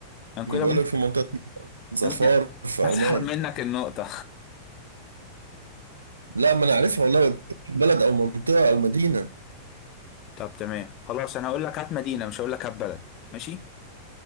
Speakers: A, on the left; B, on the right.
A: انا
B: أنا
A: كده
B: بقول
A: ممكن
B: لك في منطقه ظفار
A: ممكن
B: في عمان
A: اسحب منك النقطة
B: لا ما انا عارفها والله قلت لك بلد او منطقه او مدينه
A: <laughs> طب تمام خلاص انا هقول لك هات مدينة مش هقول لك هات بلد ماشي